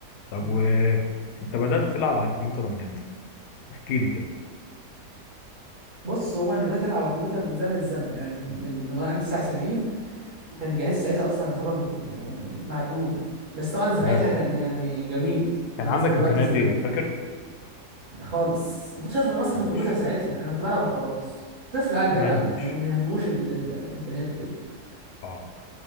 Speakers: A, on the left; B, on the right.
A: طب
B: مم.
A: و انت بدأت تلعب على الكمبيوتر من امتى؟ احكي لي كده
B: بص هو انا بدات العب على الكمبيوتر من زمن الزمن يعني من وانا عندي تسع سنين وكان جهازي ساعتها اصلا يعتبر يعني معدوم بس طبعا ساعتها
A: تمام
B: كان يعني جميل
A: كان
B: بالنسبه
A: عندك
B: لوقت
A: امكانيات
B: زمان
A: ايه
B: يعني
A: فاكر؟
B: ده خالص ما كنتش عارف انا اصلا
A: ماشي
B: في الكمبيوتر ساعتها انا كنت بلعب وخلاص طفل قاعد
A: تمام
B: بيلعب
A: ماشي
B: ما ما يهموش ال- ال- الامكانيات وكده
A: اه